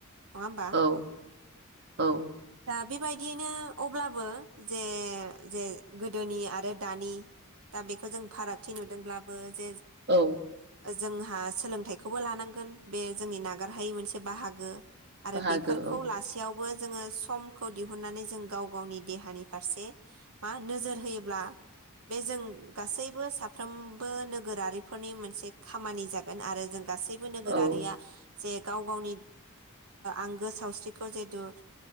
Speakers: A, on the right; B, on the right.
A: नङा होमबा
B: औ औ।
A: दा बेबायदियैनो अब्लाबो जे जे गोदोनि आरो दानि दा बेखौ जों फारागथि नुदोंब्लाबो जे
B: औ
A: जोंहा सोलोंथाइखौबो लानांगोन बे जोंनि नागारहायै मोनसे बाहागो आरो
B: बाहागो
A: बेफोरखौ
B: औ
A: लासेयाव बो जोङो समखौ दिहुननानै जों गाव गावनि देहानि फारसे मा नोजोर होयोब्ला। बे जों गासैबो सा साफ्रोमबो नोगोरारिफोरनि मोनसे खामानि जागोन आरो जों गासैबो नोगोरारिया
B: औ औ
A: जे गाव गावनि आंगो सावस्रिखौ जिहेथु